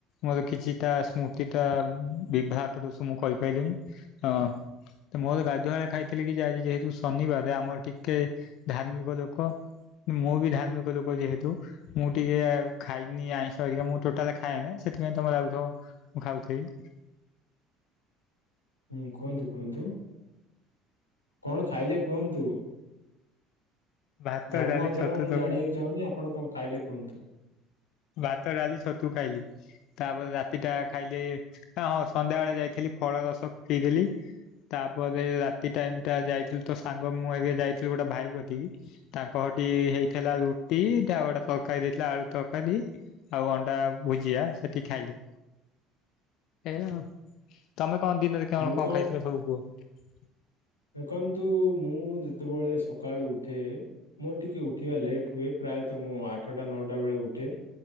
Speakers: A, on the left; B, on the left.
A: ମୋର କିଛିଟା ସ୍ମୁ ତିଟା ବିବାହଟ ଦୋଷ ମୁଁ କହିପାଇଲିିଣିି ଅଁ ମୋର ଗାଧୁଆଳେ ଖାଇଥିଲି କି ଯେ ଆଜି ଯେହେତୁ ଶନିବାର ଆମର ଟିକେ ଧାର୍ମିକ ଲୋକ। ମୁଁ ବି ଧାର୍ମିକ ଲୋକ ଯେହେ ତୁ ମୁଁ ଟିକେ ଖାଇନି ଆଇଁଷହେରିକା ମୁଁ ଟୋଟାଲ ଖାଏନା ସେଥିପାଇଁ ତମେ ଲାଗୁଥିବ ମୁଁ ଖାଉଥିବି।
B: ହୁଁ କୁହନ୍ତୁ କୁହନ୍ତୁ କଣ ଖାଇଲେ କୁହନ୍ତୁ?
A: ଭାତ
B: ଧର୍ମଅଧର୍ମ
A: ଡାଲି ଛତୁ
B: ମୁଁ
A: ତରକାରୀ
B: ଜାଣିବାକୁ ଚାହୁଁନି ଆପଣ କଣ ଖାଇଲେ କୁହନ୍ତୁ?
A: ଭାତ ଡାଲି ଛତୁ ଖାଇଲି। ତାପରେ ରାତିଟା ଖାଇଲି ହଁ ସନ୍ଧ୍ୟାବେଳେ ଯାଇଥିଲି ଫଳରସ ପିଇଦେଲି। ତାପରେ ରାତି ଟାଇମ ଟା ଯାଇଥିଲୁ ତ ସାଙ୍ଗ ମୁଁ ହେରିକା ଯାଇଥିଲୁ ଗୋଟେ ଭାଇ କତିକି। ତାଙ୍କ ଘଠି ହେଇଥିଲା ରୁଟି ତାପରେ ଗୋଟେ ତରକାରୀ ଦେଇଥିଲା ଆଳୁ ତର କାରୀ ଆଉ ଅଣ୍ଡା ଭୁଜିଆ ସେଠି ଖାଇଲି ଏୟା ଆଉ। ତମେ କଣ ଦିନରେ କଣ-କଣ
B: ମୁଁ କଣ
A: ଖାଇଥିଲ ସବୁ କୁହ?
B: ଦେଖନ୍ତୁ ମୁଁ ଯେତେବେଳେ ସକାଳୁ ଉଠେ ମୋର ଟିକେ ଉଠିବା ଲେଟ୍ ହୁଏ ପ୍ରାୟତଃ ମୁଁ ଆଠଟା ନଅଟା ବେଳେ ଉଠ ଟେ